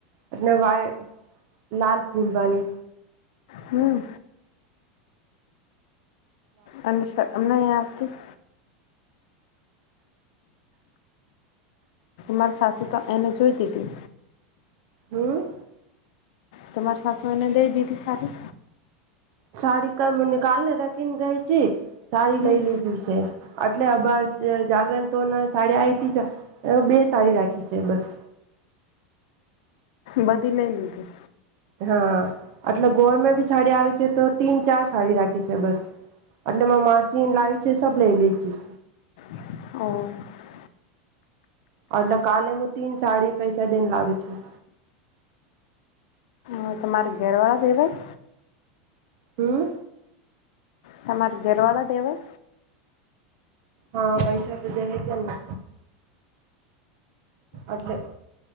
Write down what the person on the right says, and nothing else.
એને વા લાલ પૂલવાી
હમ
સાડી કઈ મને કાલને રખીન ગઈ છે સાડી
લઈ લીધી છે એટલે અબાર જાગરણ તો સાડી આથી જ બે સાડી રાખી છે બસ
હા એટલે ગોળમાં ભી સાડી આવી છે તો તીન ચાર સાડી રાખી છે બસ એટલે મે માસીન લાવી છે સબ લઈ લીજું
એટલે કાલે હું તીન સાડી પૈસા દઈને લાવી છું
હમ
હા પૈસા તો દેવે તના એટલે